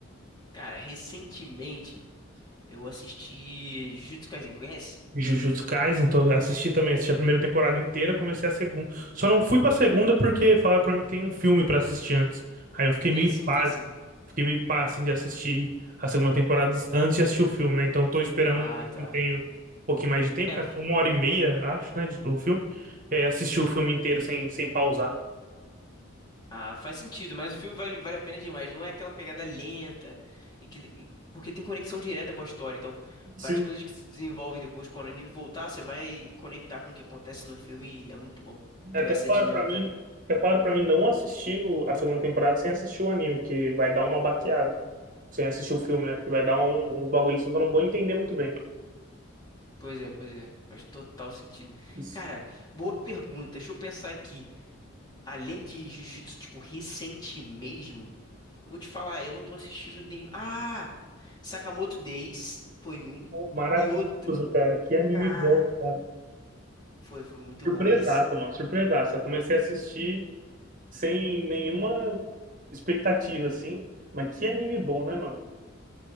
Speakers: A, on the left; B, on the right.
A: Cara, recentemente eu assisti Jujutsu Kaisen, conhece?
B: Jujutsu Kaisen, então assisti também, assisti a primeira temporada inteira, comecei a segunda. Só não fui pra segunda porque falaram pra mim que tem um filme pra assistir antes. Aí eu fiquei
A: Tem
B: meio
A: sim, tem sim.
B: Fiquei meio pá, assim, de assistir a segunda temporada antes de assistir o filme, né? Então tô esperando
A: Ah,
B: um tempo,
A: tá.
B: eu tenho um pouquinho mais de tempo,
A: É,
B: que
A: f-
B: acho que é uma hora e meia, acho, né, de- do filme. É, assistir o filme inteiro sem, sem pausar.
A: ah, faz sentido, mas o filme vale, vale a pena demais. Não é aquela pegada lenta, e que, e- porque tem conexão direta com a história. Então, várias
B: Sim.
A: coisas que se desenvolvem depois quando o anime voltar, você vai conectar com o que acontece no filme e é muito bom.
B: É
A: Traz
B: até claro
A: essa dinâmica.
B: pra mim, até claro para mim não assistir o- a segunda temporada sem assistir o anime, que vai dar uma baqueada. Sem assistir o filme, né? Porque vai dar um, um bagulho assim que eu não vou entender muito bem.
A: Pois é, pois é. Faz total sentido.
B: Isso.
A: Cara, boa pergunta. Deixa eu pensar aqui. Além de Jujutsu, tipo, recente mesmo. Eu vou te falar, eu não tô assistindo nenhum. Ah! Sakamoto Days foi um.
B: Pô, Maravilhoso,
A: E outro,
B: cara. Que anime
A: cara,
B: bom, cara.
A: foi, foi muito
B: Surpresaça,
A: bom esse.
B: mano. Surpresaça. Eu Comecei a assistir. sem nenhuma expectativa, assim. Mas que anime bom, né, mano?